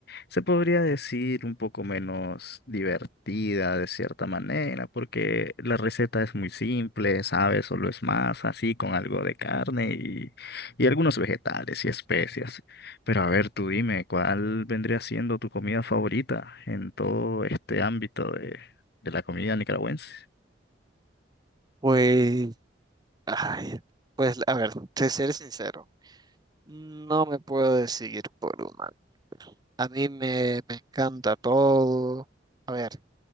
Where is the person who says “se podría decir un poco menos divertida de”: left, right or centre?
Left